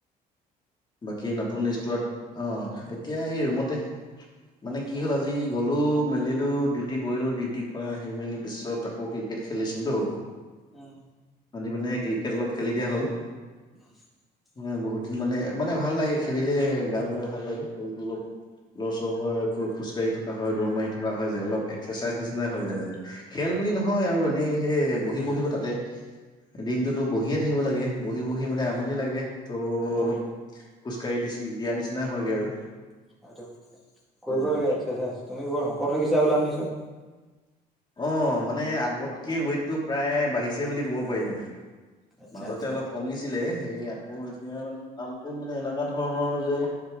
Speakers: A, on the left (about 25°); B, in the centre.
A: বাকী নতুন ষ্টোৱাত অ এতিয়া এই ৰুমতে মানে
B: আচ্ছা
A: কি হ'ল
B: আচ্ছা
A: আজি গ'লো মেলিলো ডিউটি কৰিলো ডিউটি কৰা সি মেলি পিছত আকৌ ক্ৰিকেট খেলিছিলো তো
B: উম,
A: আজি মানে ক্ৰিকেট অলপ খেলি দিয়া হ'ল
B: <unintelligible>
A: উম বহুত দিন মানে মানে ভাল লাগে খেলিলে গা বিলাক ভাল লাগে শৰিৰ টো অলপ লৰচৰ হয় খোজকাঢ়ি থ কা হয় দৌৰ মাৰি থকা হয় যে অলপ এক্সাৰচাইজ নিচিনাই হৈ যায় মানে খেল বুলি নহয় আৰু এনে সে বহি বহিব তাতে দিনটোতো বহিয়ে থাকিব লাগে। বহি বহি মানে আমনি লাগে ত'
B: উম,
A: অলপ খোজকাঢ়ি দি দিয়া নিচিনা হয়গৈ আৰু।
B: সিটো কৰিব
A: উম
B: লাগে এক্সাৰচাইজ তুমি বৰ শকত হৈ গৈছা বোলা শুনিছো।
A: অ মানে আগতকে ৱেইটটো প্ৰায় বাঢ়িছে বুলি ক'ব পাৰি মানে।
B: আচ্ছা
A: মাজতে
B: আচ্ছা
A: অলপ কমিছিলে সেই আকৌ এতিয়া মানে নামটো মানে এনেকুৱা ধৰণৰ যে